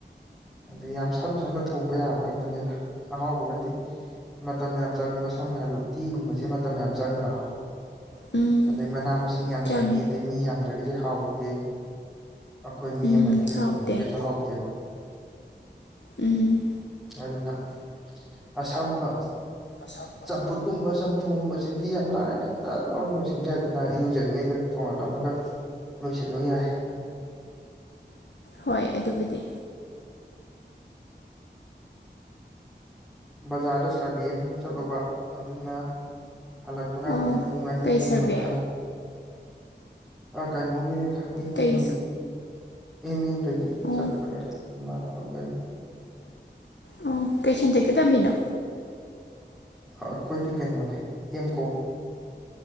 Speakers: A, in the centre; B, on the left.
A: ꯑꯗ ꯌꯥꯝ ꯁꯝ ꯁꯝꯅ ꯊꯣꯡꯕ ꯌꯥꯕ ꯈꯛꯇꯅꯤꯗ ꯑꯍꯥꯎꯕꯒꯗꯤ ꯃꯇꯝ ꯌꯥꯝ ꯆꯪꯕ ꯁꯝꯅ ꯍꯥꯏꯔꯕꯗ ꯎꯠꯇꯤꯒꯨꯝꯕꯕꯁꯤ ꯃꯇꯝ ꯌꯥꯝ ꯆꯪꯗ꯭ꯔꯥ
B: ꯎꯝ
A: ꯑꯗꯩ ꯃꯅꯥ ꯃꯁꯤꯡ ꯌꯥꯝ
B: ꯆꯪꯉꯤ
A: ꯆꯪꯏꯤ ꯑꯗꯩ ꯃꯤ ꯌꯥꯝꯗ꯭ꯔꯒꯗꯤ ꯍꯥꯎꯇꯦ ꯑꯩꯈꯣꯏ ꯃꯤ
B: ꯎꯝ
A: ꯑꯃꯅꯤ ꯑꯒꯤ
B: ꯍꯥꯎꯇꯦ
A: ꯊꯣꯡꯕꯗꯨ ꯀꯩꯁꯨ ꯍꯥꯎꯇꯦꯕ
B: ꯎꯝ
A: ꯑꯗꯨꯅ ꯑꯁꯝꯕ
B: ꯑꯁꯥꯝ
A: ꯆꯝꯐꯨꯠꯀꯨꯝꯕ ꯆꯝꯊꯣꯡꯒꯨꯝꯕꯁꯤꯗꯤ ꯌꯥꯝ ꯂꯥꯏꯅ ꯌꯥꯝꯖ ꯂꯥꯎꯔ ꯂꯣꯏꯁꯤꯟꯅꯤ ꯍꯥꯏꯗꯅ ꯏꯔꯨꯖꯔꯤꯉꯩꯗ ꯊꯣꯡꯍꯜꯂꯝꯃꯒ ꯂꯣꯏꯁꯤꯜꯂꯨ ꯌꯥꯏ
B: ꯍꯣꯏ ꯑꯗꯨꯕꯨꯗꯤ
A: ꯕꯖꯥꯔꯗ ꯁꯥꯔꯕꯦ ꯑꯃꯒꯤ ꯆꯠꯂꯨꯕ ꯑꯗꯨꯅ ꯍꯜꯂꯛꯄ ꯀꯥꯟꯗꯗꯤ
B: ꯑꯣ
A: ꯄꯨꯡ ꯑꯅꯤ
B: ꯀꯩ ꯁꯔꯚꯦ
A: ꯃꯈꯥꯏ ꯑꯍꯨꯝ ꯑ ꯀꯩꯅꯣꯒꯤꯅꯤꯗ ꯑꯦꯝ
B: ꯀꯩ
A: ꯌꯨꯒꯤ ꯑꯦꯝ ꯌꯨ ꯗꯒꯤ
B: ꯑꯣ
A: ꯆꯠꯄꯅꯤꯗ ꯏꯃꯥꯟꯅꯕꯉꯩꯒꯤ
B: ꯑꯣ ꯀꯩ ꯁꯟꯗꯦꯛꯇ ꯇꯝꯃꯤꯅꯣ
A: ꯑ ꯑꯩꯈꯣꯏꯗꯤ ꯀꯩꯅꯣꯅꯦ ꯑꯦꯝ ꯀꯣ